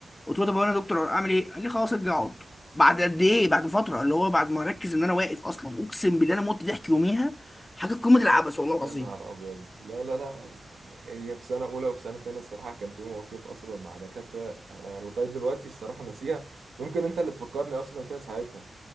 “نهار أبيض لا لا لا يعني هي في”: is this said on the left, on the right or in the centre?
Right